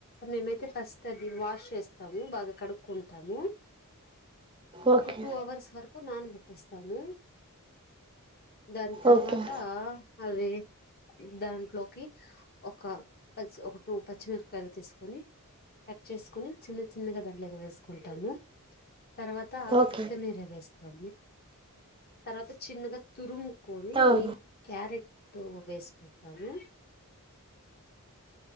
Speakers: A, on the left; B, on the right.
A: మేమైతే ఫస్ట్ అది వాష్ చేస్తాము బాగా కడుక్కుంటాము
B: ఓకే
A: ఒక టూ అవర్స్ వరకు నానబెట్టేస్తాము దాని తర్వాత
B: ఓకే
A: అవి దాంట్లోకి ఒక పచ్చి ఒక టూ పచ్చిమిర కాయలు తీసుకొని కట్ చేసుకొని చిన్న చిన్నగా దాంట్లోకి వేసుకుంటాము తర్వాత
B: ఓకే
A: కొత్తిమీర వేస్తా తర్వాత చిన్నగా తురుం కోరి
B: అవును
A: క్యారెట్ టు వేసుకుంటాము